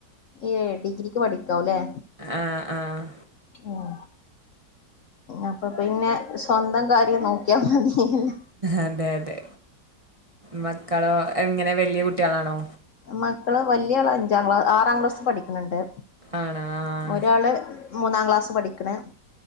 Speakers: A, on the left; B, on the right.
A: ഏഹ്. ഡിഗ്രിക്ക് പഠിക്കാവുല്ലേ?
B: ആഹ് ആഹ്
A: ഉം. അപ്പൊ പിന്നെ സ്വന്തം കാര്യം നോ ക്കിയാ മതില്ലോ
B: അതെ അതെ. മക്കളോ എങ്ങനെ വെല്യ കുട്ട്യളാണോ?
A: മക്കള് വല്ല്യാള് അഞ്ചാം ക്ലാ ആറാം ക്ലാസ് പഠിക്ക്ണ് ണ്ട്.
B: ആണോ ആഹ്
A: ഒരാള് മൂന്നാക്ലാസ്സ് പഠിക്ക്ണ്.